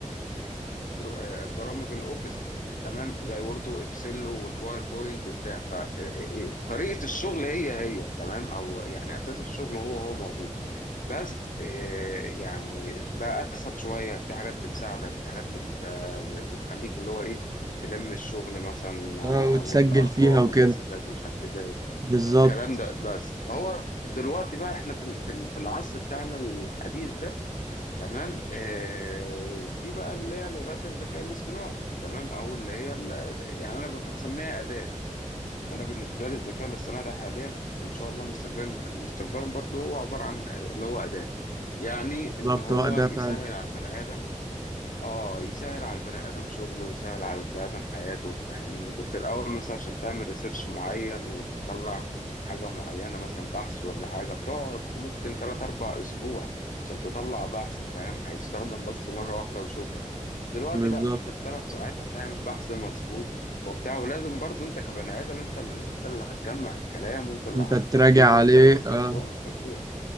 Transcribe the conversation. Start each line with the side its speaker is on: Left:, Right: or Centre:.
Left: بر- برامج الأوفيس تمام زي وورد وإكسل والباوربوينت وبتاع فطريقة الشغل هي هي تمام أو يعني أساس الشغل هو هو موجود بس آه، يعني بقى اسهل شويه في حاجات بتساعدك في حاجات بت آه، بتخليك اللي هو ايه تلم الشغل مثلا آه،
Right: اه وتسجل
Left: الارقام
Right: فيها وكده
Left: والحسابات ومش عارف ايه زي
Right: بالظبط
Left: الكلام ده بس فهو دلوقتي بقى احنا في ال- في ال- في العصر بتاعنا الحديث ده تمام آه، في بقى اللي هي لغات الذكاء الاصطناعي تمام او اللي هي ال- يعني انا بسميها اداه انا بالنسبه لي الذكاء الاصطناعي ده حاليا وان شاء الله مستقبلا مستقبلا برضه هو عباره عن آه، اللي هو اداه يعني
Right: بالظبط
Left: ان هو
Right: هو ده
Left: يسهل
Right: فعلا
Left: على البني ادم اه يسهل على البني ادم شغله يسهل على البني ادم حياته فاهمني كنت الاول مثلا عشان تعمل ريسيرش معين وتطلع حاجه معينه مثلا بحث ولا حاجه بتقعد ممكن 3 4 اسبوع عشان تطلع بحث فاهم هيستخدم بس مره واحده وشكرا دلوقتي
Right: بالظبط
Left: لا انت في 3 ساعات هتعمل بحث مظبوط وبتاع ولازم برضو انت كبني ادم انت اللي انت اللي هتجمع الكلام وانت اللي
Right: انت
Left: هتوجهه
Right: تراجع
Left: وانت
Right: عليه
Left: اللي الكلام
Right: اه
Left: ده هو مش هيسوق